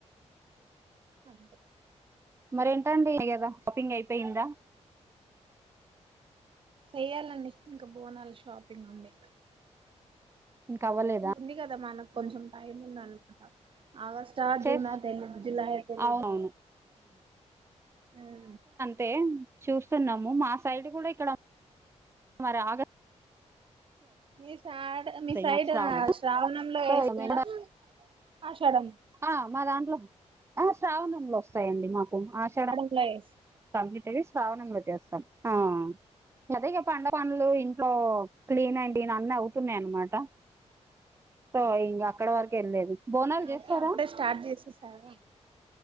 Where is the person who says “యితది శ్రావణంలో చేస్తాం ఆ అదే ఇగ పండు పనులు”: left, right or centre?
Right